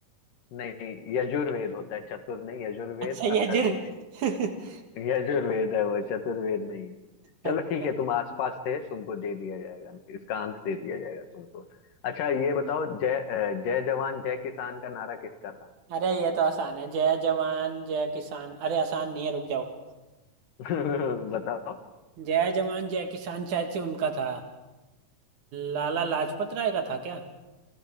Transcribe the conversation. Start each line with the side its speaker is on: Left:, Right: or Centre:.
Left: नहीं यजुर्वेद होता है चतुर नहीं यजुर्वेद
Right: अच्छा
Left: अथर्ववेद
Right: यजुर् <laughs>
Left: यजुर्वेद है वो चतुर्वेद नहीं है
Right: अच्छा
Left: चलो ठीक है तुम आसपास थे तुमको दे दिया जाएगा इसका अंक दे दिया जाएगा तुमको अच्छा ये बताओ जय अ, जय जवान जय किसान का नारा किसका था
Right: अरे ये तो आसान है जय जवान जय किसान अरे आसान नहीं है रुक जाओ
Left: <laughs> बताओ
Right: जय जवान जय किसान शायद से उनका था लाला लाजपत राय का था क्या